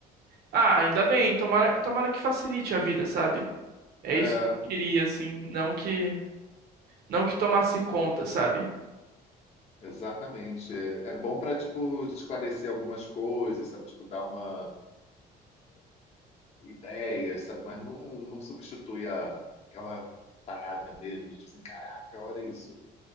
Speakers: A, on the right; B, on the left.
A: Ah, ainda bem, tomara, tomara que facilite a vida, sabe? É
B: É,
A: isso que eu queria, assim, não que não que tomasse conta, sabe?
B: exatamente. É, é bom para, tipo, esclarecer algumas coisas, sabe? Tipo, dar uma ideias, sabe? Mas não, não substitui a, aquela parada mesmo, de, tipo assim, caraca, olha isso,